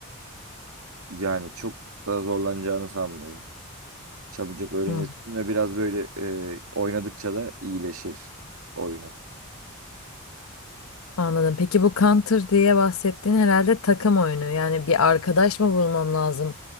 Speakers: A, on the right; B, on the left.
A: Yani çok da zorlanacağını sanmıyorum. Çabucak öğrenirsin
B: Hı,
A: ve biraz böyle e, oynadıkça da iyileşir oyunun.
B: anladım. Peki bu Counter diye bahsettiğin herhalde takım oyunu. Yani bir arkadaş mı bulmam lazım